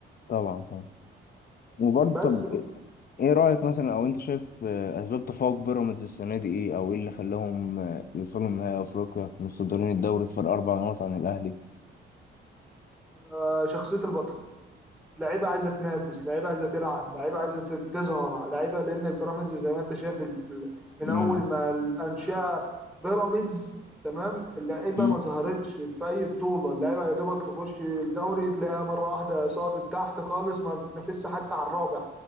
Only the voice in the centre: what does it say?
بس
آه، شخصيه البطل لعيبه عايزه تنافس لعيبه عايزه تلعب لعيبه عايزه ت- تظهر لعيبه لان بيراميدز زي ما انت شايف ال- من
اول ما الانشئه بيراميدز تمام اللعيبه
ما ظهرتش في اي بطوله اللعيبه يا دوبك تخش الدوري تلاقيها مره واحده سقطت تحت خالص ما بتنافسش حتى على الرابع